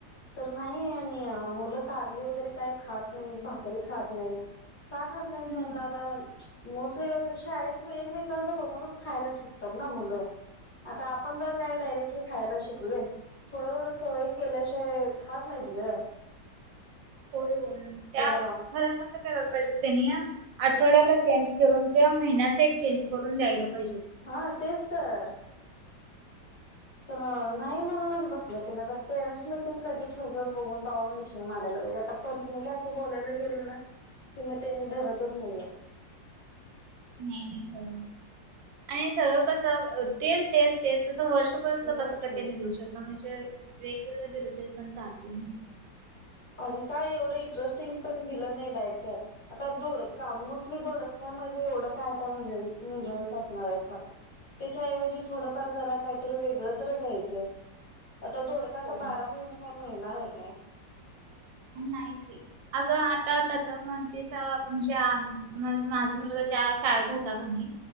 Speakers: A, on the left (about 25°); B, on the right (about 80°).
A: तर नाही मुलं कारली वगैरे काय खातं नाहीतं भाकरी खातं नाहीतं काय करणार नाही
B: हम्म
A: म्हणला आता मोस्टली कसं शाळेंत. तू एकमेकांचं बघूनचं खायला शिकतात ना मुलं. आता आपण त काही डायरेक्टली खायला शिकलोयं थोडं थोड सवय केल्याशिवाय खातं नाहीत. गं.
B: होय होय त्या
A: तर
B: खरं कसं करायला पाहिजे. त्यांनी आठवड्याला चेंज करून किंवा महिन्याचं एक चेंज करून दयाला पाहिजे.
A: हा तेचं तर. तर नाही म्हणूनच बसले तिने पॅरिस मीटिंग कधी ठेवत बघून तेव्हा <inaudible> पाहिजे आता पर्सनली असं बोलायला गेल ना कि मग त्यांनी धरतचं नाहीयेतं.
B: नाही नाही हो आणि सगळं कसं तेचं तेचंतेचं तसं वर्ष. शुगरचं
A: बघ
B: कसं कंटेनर काय
A: की
B: त्यांनी देऊ शकता म्हणजे वेगवेगळं दिलं तरी पण चालते.
A: आणि काय एवढं इंटरेस्टिंग पण दिलं नाही. डायटच्या आता धोडका मोस्टली धोडक्या नव्हे एवढं काय मिनर मिनरल्स असणार आहे सांग. त्याच्याऐवजी थोडंफार जरा काहीतरी वेगळं तर दयांचे. आता दोडका
B: हो
A: तर बारा महिने काय मिळणार आहे काय.
B: नाहीच. अगं आता तस म्हणतीस म्हणजे माझा मुलगा ज्या शाळेत होता का. नाही.